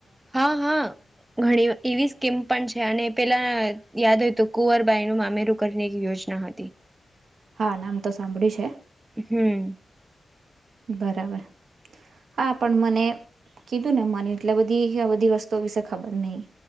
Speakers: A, on the right; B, on the right.
A: હા હા ઘણી એવી સ્કીમ પણ છે અને પેલા યાદ હોય તો કુંવરબાઈ નું મામેરું કરીને એક યોજના હતી.
B: હા નામ તો સાંભળ્યું છે.
A: હમ.
B: બરાબર હા પણ મને કીધું ને મને એટલે બધી આ બધી વસ્તુઓ વિશે ખબર નહી